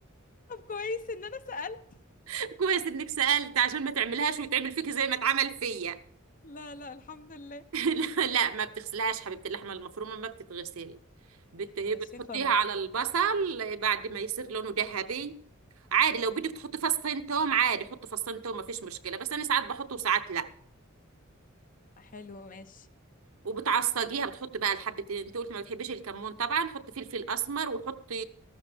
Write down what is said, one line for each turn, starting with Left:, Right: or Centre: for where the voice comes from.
Left: طب كويس ان انا سألت
Right: <laughs> كويس انك سالت عشان ما تعملهاش ويتعمل فيك زي ما اتعمل فيا
Left: لا لا الحمد لله
Right: <laughs> لا لا، ما بتغسلهاش حبيبة اللحمة المفرومة ما بتتغسل بت... إيه،
Left: ماشي
Right: بتحطيها
Left: خلاص
Right: على البصل بعد ما يصير لونه ذهبي عادي لو بدك تحطي فصين توم عادي حطي فصين توم ما فيش مشكلة بس أنا ساعات بحطه وساعات لا
Left: حلو ماشي
Right: وبتعصجيها بتحطي بقى الحبة أنت قلت ما بتحبيش الكمون طبعا حطي فلفل أسمر وحطي